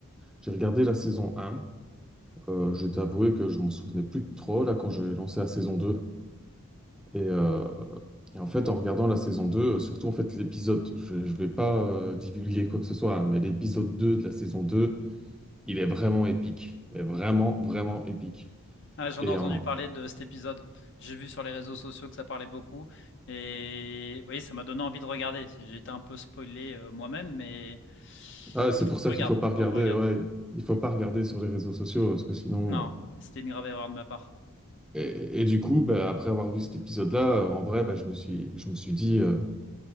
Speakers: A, in the centre; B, on the left.
A: J'ai regardé la saison un Euh, je vais t'avouer que je m'en souvenais plus de trop, là, quand j'ai lancé la saison deux Et, euh, et en fait, en regardant la saison 2, euh, surtout en fait l'épisode, je ne vais pas euh, divulguer quoi que ce soit, hein, mais l'épisode 2 de la saison 2, il est vraiment épique. Mais vraiment, vraiment épique.
B: Ah, j'en
A: Et
B: ai entendu
A: en-
B: parler de cet épisode. J'ai vu sur les réseaux sociaux que ça parlait beaucoup. Et oui, ça m'a donné envie de regarder. J'ai été un peu spoilé euh, moi-même, mais
A: ah, c'est
B: il faut
A: pour
B: que
A: ça
B: je regarde.
A: qu'il faut pas
B: Il
A: regarder,
B: faut que je regarde.
A: ouais, il faut pas regarder sur les réseaux sociaux, parce que sinon...
B: Non,
A: euh,
B: c'était une grave erreur de ma part.
A: Et, et du coup, bah, après avoir vu cet épisode-là, euh, en vrai, bah, je me suis, je me suis dit euh,